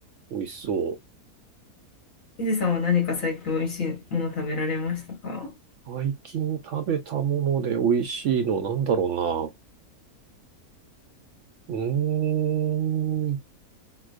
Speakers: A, on the right (about 65°); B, on the left (about 60°).
A: 美味しそう。
B: <laughs> ヒデさんは何か最近美味しいもの食べられましたか
A: 最近食べたもので美味しいのなんだろうな。うーん。